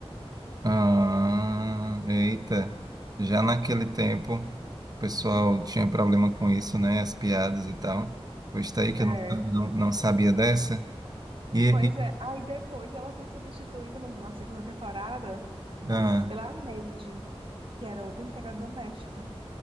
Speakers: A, on the right; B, on the right.
A: Ah, eita, já naquele tempo o pessoal tinha problema com isso, né? As piadas e tal. Pois tá aí que
B: É,
A: eu não, não, não sabia dessa. E,
B: pois
A: e-
B: é. Aí depois ela foi substituída no- na segunda temporada
A: ah,
B: pela Neide, que era outra empregada doméstica.